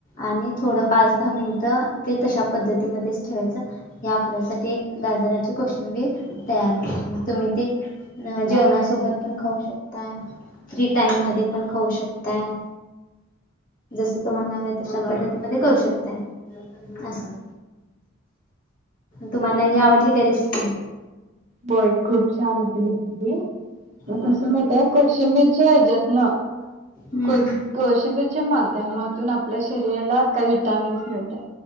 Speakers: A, on the left; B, on the right.
A: आणि थोडं पाच दहा मिनिटं ते तशा पद्धतीमध्येच ठेवायचं. हे आपल्यासाठी गाजराची कोशंबीर तयार होते तुम्ही ती. जेवणासोबत. पण खाऊ शकताय, फ्री टाइममध्ये पण खाऊ शकताय. जस तुम्हाला हवं आहे तशा पद्धतीमध्ये करू शकताय. असं तुम्हाना ही आवडली का रेसिपी.
B: होय, खूप छान होती रेसिपी,
A: हम्म
B: कसं माहितीये कोशिंबीर. त्याच्यातनं
A: हम्म.
B: कु कोशिंबीर च्या माध्यमातून आपल्या, शरीराला काही विटामिन्स मिळतात.